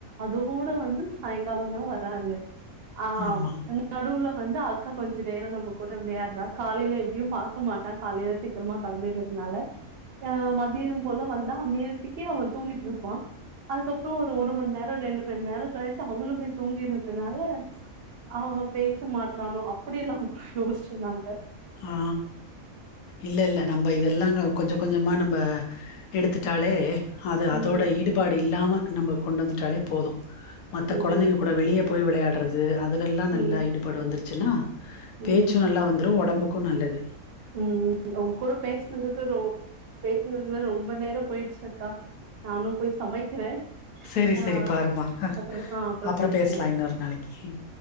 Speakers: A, on the right; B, on the left.
A: அது கூட வந்து சாயங்காலத்தா வராரு ஆ
B: ஆமா
A: ம் நடுவுல வந்து அக்கா கொஞ்ச நேர நம்ம கூட விளையாட்றா காலைல எப்டியு பாக்க மாட்டா காலைல சீக்கிரமா கெளம்பிற்றத்துனால ஆ மதியம் போல வந்தா அந் நேரத்துக்கி அவ தூங்கிட்டு இருப்பா அதுக்கப்பறோ ஒரு மண் நேரோ ரெண்டு மண் நேரோ கழிச்சி அவளுமே தூங்கிறத்துனால அவ பேச மாட்றானோ அப்புடியெல்லா யோஸ்ச்சோ நாங்க
B: ஆ இல்ல இல்ல நம்ம இதெல்லா கொஞ்ச கொஞ்சமா நம்ப எடுத்துட்டாலே அது அதோட
A: ம்
B: ஈடுபாடு இல்லாம நம்ம கொண்டு வந்துட்டாலே போது மத்த
A: ம்
B: கொழந்தைங்க கூட வெளியே போய் விளையாட்றது அதுல எல்லா நல்லா
A: ம்
B: ஈடுபாடு வந்துருச்சுன்னா பேச்சு
A: ம்
B: நல்லா வந்துரு ஒடம்புக்கு நல்லது
A: ம் உங்க கூட பேசுனதுக்கு ரோ பேசுனதுல ரொம்ப நேரோ போயிருச்சி அக்கா நானு போய் சமைக்கிறே
B: செரி
A: ஆ
B: செரி பாருமா
A: அப்புறோ ஆ அப்புறோ
B: அப்பறோ
A: பேசுவோ
B: பேசலா இன்னொரு நாளைக் ம்